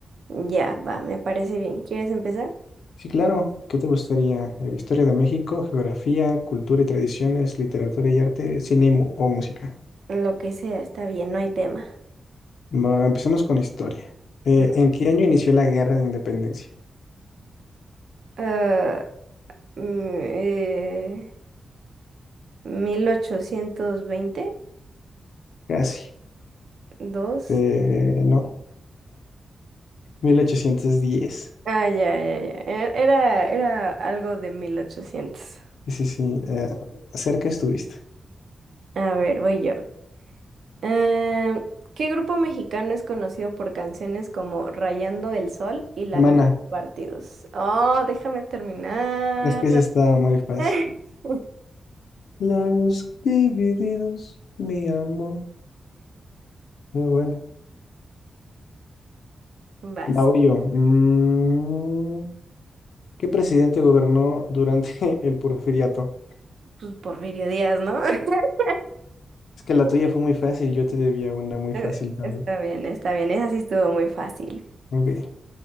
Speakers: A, on the right (about 70°); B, on the left (about 85°).
A: ya, va, me parece bien. ¿Quieres empezar?
B: Sí, claro. ¿Qué te gustaría? Eh, historia de México, geografía, cultura y tradiciones, literatura y arte, cine y mu- o música.
A: Lo que sea, está bien, no hay tema.
B: Bueno, empecemos con historia. Eh,
A: Va.
B: ¿en qué año inició la Guerra de Independencia?
A: Ah, mm, eh, mil ochocientos veinte
B: Casi.
A: dos.
B: Eh, no. mil ochocientos diez
A: Ah, ya, ya, ya. e- Era, era algo de 1800.
B: Sí, sí, sí. eh, cerca estuviste.
A: A ver, voy yo. Eh, ¿qué grupo mexicano es conocido por canciones como Rayando el Sol y Labios
B: Mana,
A: Partidos? Oh, déjame terminar.
B: es que se está muy fácil.
A: <laughs>
B: Labios divididos, mi amor. Muy buena.
A: Vas.
B: Va, voy yo. Mm, ¿qué presidente gobernó durante <laughs> el porfiriato?
A: Pues Porfirio Díaz, ¿no? <laughs>
B: Es que la tuya fue muy fácil, yo te debía una muy
A: Eh,
B: fácil también.
A: Está bien, está bien. Esa sí estuvo muy fácil.
B: Ok,